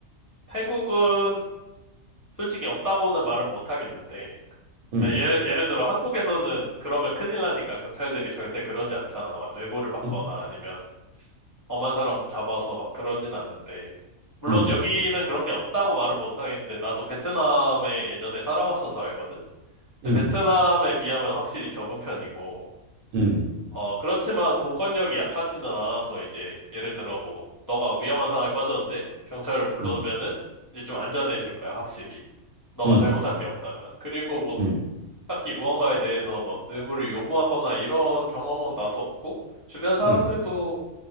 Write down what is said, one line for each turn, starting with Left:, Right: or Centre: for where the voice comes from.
Left: 태국은 솔직히 없다고는 말은 못 하겠는데
Right: 응,
Left: 아, 예를, 예를 들어 한국에서는 그러면 큰일 나니까 경찰들이 절대 그러지 않잖아. 막 뇌물을 받거나
Right: 응,
Left: 아니면 엄한 사람 잡아서 막 그러진 않는데. 물론
Right: 응,
Left: 여기는 그런 게 없다고 말을 못 하겠는데, 나도 베트남에 예전에 살아봤어서 알거든? 근데
Right: 응,
Left: 베트남에 비하면 확실히 적은 편이고,
Right: 응,
Left: 어, 그렇지만 공권력이 약하지는 않아서 이제, 예를 들어 뭐, 너가 위험한 상황에 빠졌는데, 경찰을 불러면은
Right: 응,
Left: 이제 좀 안전해질 거야, 확실히. 너가
Right: 응,
Left: 잘못한 게 없다면. 그리고 뭐,
Right: 응,
Left: 딱히 무언가에 대해서 뭐, 뇌물을 요구하거나 이런 경험은 나도 없고, 주변 사람들도
Right: 응,